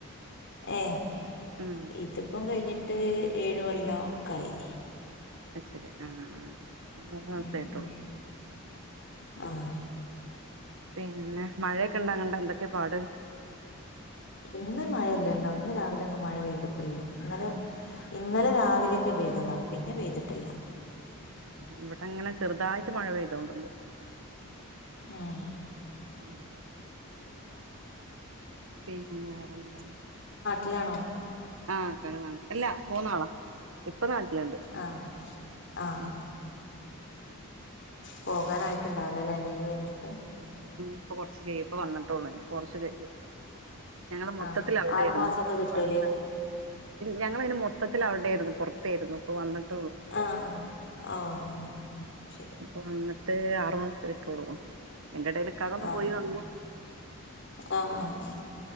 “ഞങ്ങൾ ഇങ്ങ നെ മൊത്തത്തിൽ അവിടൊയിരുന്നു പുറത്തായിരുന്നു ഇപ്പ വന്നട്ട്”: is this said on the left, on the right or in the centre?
Right